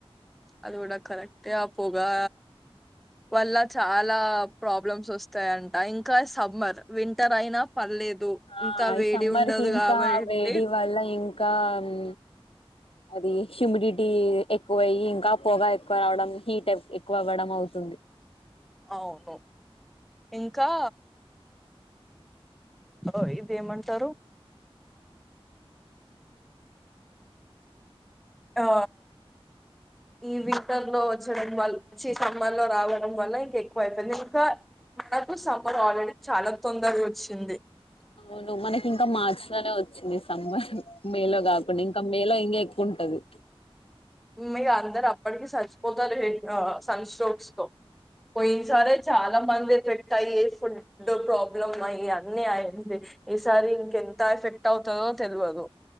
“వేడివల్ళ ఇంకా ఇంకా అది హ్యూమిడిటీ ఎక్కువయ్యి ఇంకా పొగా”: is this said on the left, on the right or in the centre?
Left